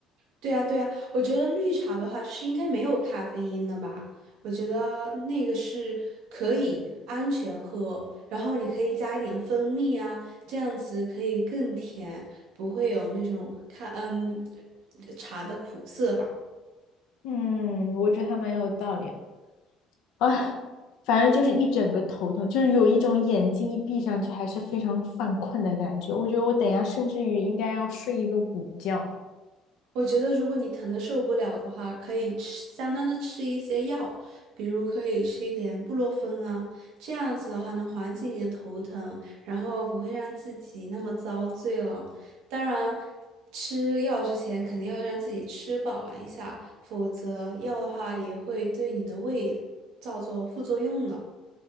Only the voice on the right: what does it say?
对啊，对啊，我觉得绿茶的话是应该没有咖啡因的吧？我觉得那个是可以安全喝，然后你可以加一点蜂蜜啊，这样子可以更甜，不会有那种咖嗯茶的苦涩吧。
我觉得如果你疼的受不了的话，可以吃相当的吃一些药，比如可以吃一点布洛芬啊，这样子的话能缓解你的头疼，然后不会让自己那么遭罪了。当然，吃药之前肯定要让自己吃饱一下，否则药的话也会对你的胃造作副作用的。